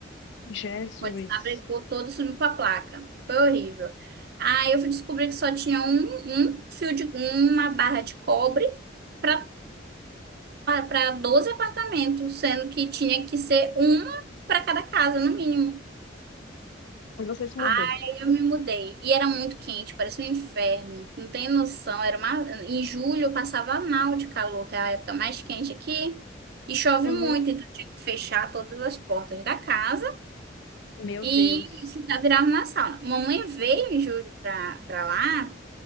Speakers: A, on the left (about 70°); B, on the right (about 55°).
A: Jesus.
B: Quando Abrigou todo, subiu para a placa. Foi horrível. Aí eu fui descobrir que só tinha um, um fio de uma barra de cobre para para 12 apartamentos, sendo que tinha que ser uma para cada casa, no mínimo.
A: Mas você se mudou.
B: Aí eu me mudei. E era muito quente, parecia um inferno. Não tem noção. Era uma... Em julho eu passava mal de calor, que é a época mais quente aqui. E chove
A: Uhum.
B: muito, então eu tinha que fechar todas as portas da casa
A: Meu
B: e
A: Deus.
B: ficar virava uma sauna. Mamãe veio em julho pra, pra lá,